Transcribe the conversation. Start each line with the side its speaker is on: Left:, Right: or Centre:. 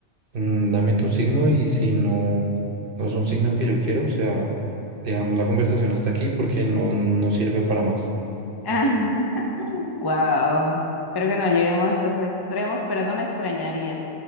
Right: mm, dame tu signo y si no, no es un signo que yo quiero, o sea, dejamos la conversación hasta aquí porque no, no sirve para más.
Left: <laughs> Wow. Espero que no lleguemos a esos extremos, pero no me extrañaría.